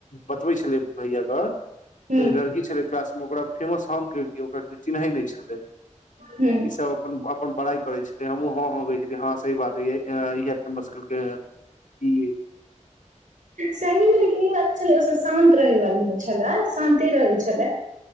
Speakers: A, on the left; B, on the right.
A: बतबै छलिये भेयाक ओ
B: हूं
A: जे लड़की छलै क्लासमे ओकरा फेमस हम केलियै ओकरा केऊ चिन्है नहि छलै
B: हूं
A: ईसभ अपन बरा बराई कराई चलाई हमहु हां हां कही देलीये सही बात अई इहै फेमस केलकई
B: सही लेकिन ई बात छलै ओ सभ शान्त रहै वालीमे छलै शान्ते रहै छलै